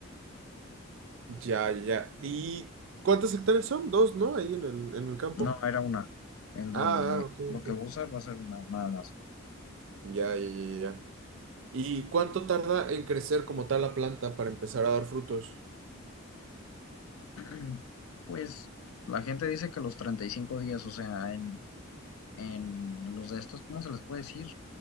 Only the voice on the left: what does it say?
No, era una, en donde
lo
que voy a usar va a ser una, nada más.
<clears throat> Pues la gente dice que los 35 días, o sea, en, en los de estos, ¿cómo se les puede decir?